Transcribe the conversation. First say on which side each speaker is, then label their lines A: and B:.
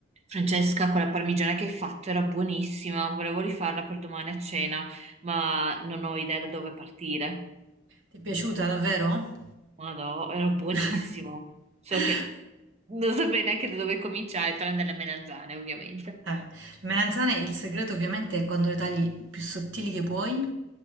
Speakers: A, on the right (about 30°); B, on the right (about 65°).
A: Francesca, quella parmigiana che hai fatto era buonissima, volevo rifarla per domani a cena, ma non ho idea da dove partire.
B: Ti è piaciuta davvero?
A: Madò, era buonissimo.
B: <laughs>
A: So che non saprei neanche da dove cominciare, tranne dalle melanzane, ovviamente.
B: Eh, le melanzane, il segreto ovviamente è quando le tagli più sottili che puoi